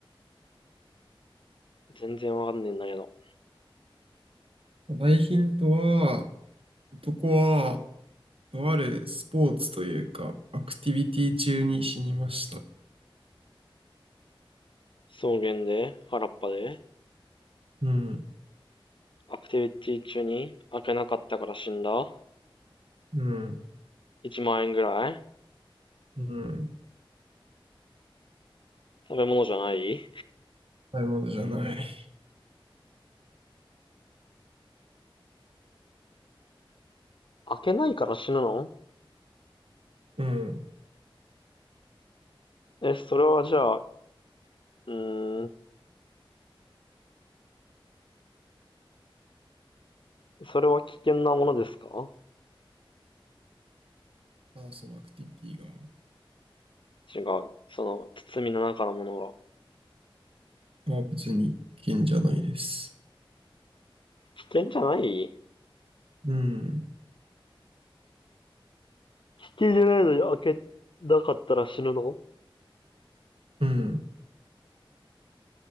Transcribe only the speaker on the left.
全然わかんねえんだけど。
草原で、原っぱで、
アクティビティ中に開けなかったから死んだ
?1 万円ぐらい
食べ物じゃない
開けないから死ぬの
え、それはじゃあ、うーん、それは危険なものですか
違う。その、包みの中のものが。
危険じゃない
危険じゃないのに開けなかったら死ぬのん